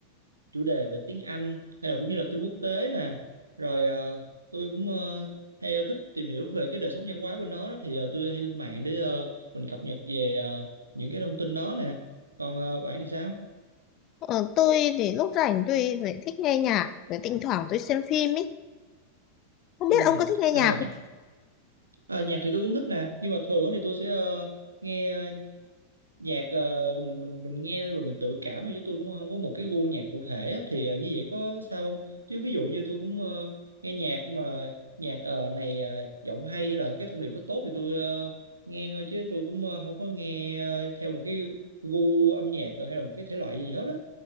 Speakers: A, on the right; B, on the left.
A: chủ đề về tiếng Anh hay là cũng như là tin quốc tế nè rồi ờ, tôi cũng ờ, hay ờ, thích tìm hiểu về cái đời sống văn hóa bên đó, đó. thì ờ, tôi hay lên mạng để ờ, mình cập nhật về ờ, những cái thông tin đó nè còn ờ, bạn thì sao?
B: Ờ, tôi thì lúc rảnh tôi lại thích nghe nhạc, rồi thỉnh thoảng tôi xem phim ý. Không
A: Ừ.
B: biết ông có thích nghe
A: À,
B: nhạc không?
A: Ờ, nhạc thì tôi cũng thích nè nhưng mà thường á thì tôi sẽ ờ, nghe nhạc ờ, mình mình mình nghe rồi mình tự cảm thôi chứ tôi cũng không có một cái gu nhạc cụ thể á, thì ờ, như vậy có sao không chứ ví dụ như tôi cũng ờ, nghe nhạc mà nhạc ờ, này ờ, giọng hay hay là cái thông điệp nó tốt thì tôi ờ, nghe thôi chứ tôi cũng ờ, không có nghe ờ, theo một cái gu âm nhạc hay là một cái thể loại gì hết á